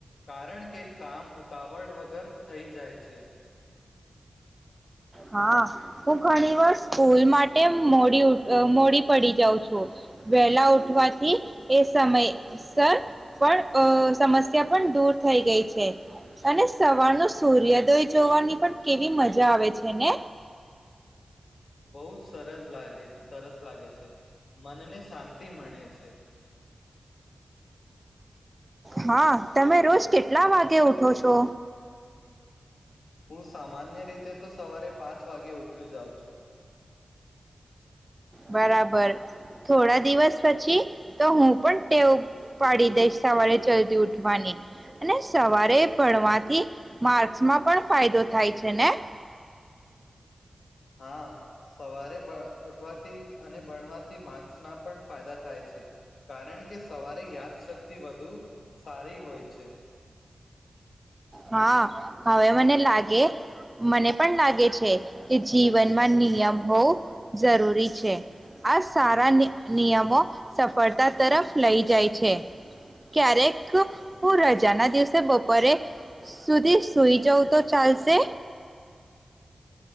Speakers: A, on the left (about 80°); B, on the right (about 25°).
A: કારણ કે કામ ઉતાવળ વગર થઈ જાય છે.
B: હા. હું ઘણી વાર સ્કૂલ માટે એ મોડી ઉઠ મોડી પડી જાઉં છું વહેલા ઉઠવાથી એ સમયસર પણ સમસ્યા પણ દૂર થઈ ગઈ છે અને સવારનો સૂર્યોદય જોવાની પણ કેવી મજા આવે છે. છે ને?
A: બહુ સરસ લાગે સરસ લાગે છે મનને શાંતિ મળે છે.
B: હા તમે રોજ કેટલા વાગે ઉઠો છો.
A: હું સામાન્ય રીતે તો સવારે પાંચ વાગે ઉઠ્યું જાઉં છું.
B: બરાબર થોડા દિવસ પછી તો હું પણ ટેવ પાડી દઈશ સવારે જલ્દી ઉઠવાની અને સવારે ભણવાથી માર્સમાં પણ ફાયદો થાય છે ને.
A: હા સવારે ઉઠવાથી અને ભણવાથી માક્સના પણ ફાયદા થાય છે કારણ કે સવારે યાદશક્તિ વધુ સારી હોય છે.
B: હા હવે મને લાગે મને પણ લાગે છે કે જીવનમાં નિયમ હોવું જરૂરી છે આ સારા નિયમો સફળતા તરફ લઈ જાય છે ક્યારેક હું રજાના દિવસે બપોરે સુધી સુઈ જવું તો ચાલશે.